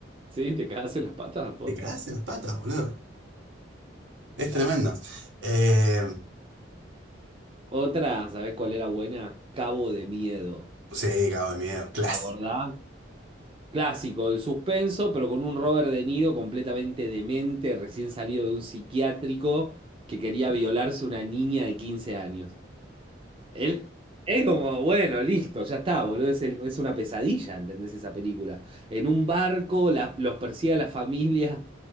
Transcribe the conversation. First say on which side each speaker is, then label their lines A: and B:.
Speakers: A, on the right; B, on the right.
A: Sí, te cagaste las patas, posta.
B: Te cagás en las patas, boludo. Es tremendo.
A: <laughs>
B: Eh,
A: Otra, ¿sabés cuál era buena? Cabo de Miedo.
B: sí, cago de miedo. Clásico.
A: ¿La acordás? Clásico, el suspenso, pero con un Robert De Niro completamente demente, recién salido de un psiquiátrico que quería violarse una niña de 15 años. Él es como, bueno, listo, ya está, boludo, es, el- es una pesadilla, ¿entendés esa película? En un barco, la- los persigue a la familia.